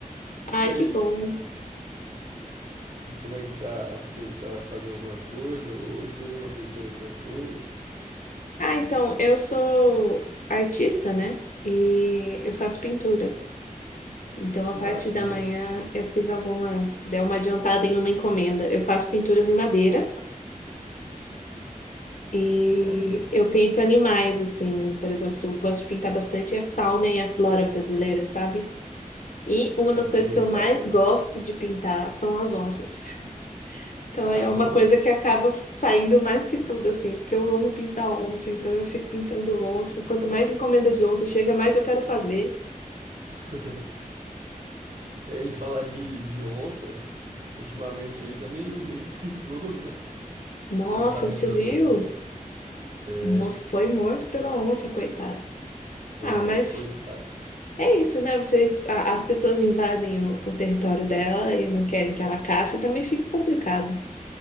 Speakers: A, on the left; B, on the right.
A: Ai,
B: E
A: que
B: aí,
A: bom.
B: como é que tá as coisas? Tá fazendo alguma coisa hoje? Fez alguma coisa interessante hoje?
A: Ah, então, eu sou artista, né? E eu faço pinturas. Então,
B: Que
A: a
B: bacana.
A: parte da manhã, eu fiz algumas, dei uma adiantada em uma encomenda. Eu faço pinturas em madeira e
B: Nossa,
A: eu pinto animais, assim. Por exemplo, eu gosto de pintar bastante a fauna e a flora brasileira, sabe? E uma das
B: isso
A: coisas
B: é muito
A: que eu mais
B: bacana.
A: gosto
B: <laughs>
A: de pintar são as onças. Então
B: Ah,
A: é
B: As
A: uma
B: onças.
A: coisa que acaba saindo mais que tudo, assim, porque eu amo pintar onça, então eu fico pintando onça. Quanto mais encomenda de onça chega, mais eu quero fazer.
B: <laughs> É, em falar de, de onça, ultimamente aí tá meio, meio <laughs> perigoso, né?
A: Nossa,
B: Ficou sabendo
A: você
B: das
A: viu?
B: notícias. É,
A: O moço foi morto pela onça, coitado.
B: é,
A: Ah, mas
B: coitado.
A: é isso, né? Vocês, a- as pessoas invadem o, o território dela e não querem que ela caça, e também fica complicado,